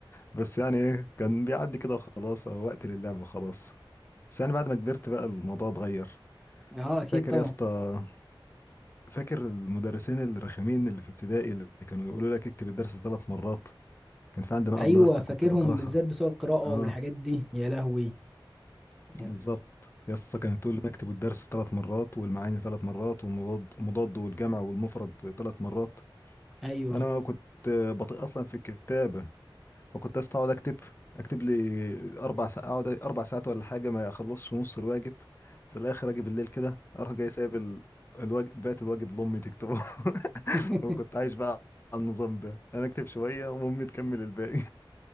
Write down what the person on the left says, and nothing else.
بس يعني ايه كان بيعدي كده وخلاص او وقت للعب وخلاص بس يعني بعد ما كبرت بقى الموضوع اتغير
فاكر
يا اسطى فاكر المدرسين الرخمين اللي في ابتدائي اللي كانوا يقولوا لك اكتب الدرس ثلاث مرات كان في عندنا
أبلة يا اسطى
كنت بكرهها
اه
بالظبط يسطا كانت تقول لي نكتب الدرس ثلاث مرات والمعاني ثلاث مرات والمضاد مضاد والجمع والمفرد ثلاث مرات
انا كنت بطيء اصلا في الكتابه فكنت أسطا اقعد اكتب اكتب لي اربع ساعات اقعد اربع ساعات ولا حاجه ما اخلصش نص الواجب في الاخر اجي بالليل كده اروح جاي سايب ال- الواجب بقيت الواجب لامي تكتبه <laughs>
وكنت عايش بقى على النظام ده انا اكتب شويه وامي تكمل الباقي